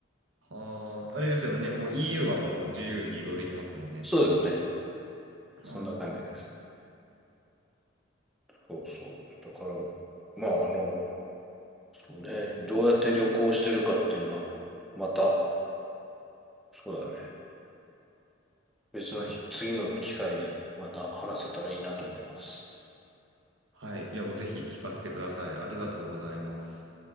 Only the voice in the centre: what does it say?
そうですね。
そんな感じです。そうそう。だから、まあ、あの、そうね、どうやって旅行してるかっていうのは、また、そうだね、別のき次の機会にまた話せたらいいなと思います。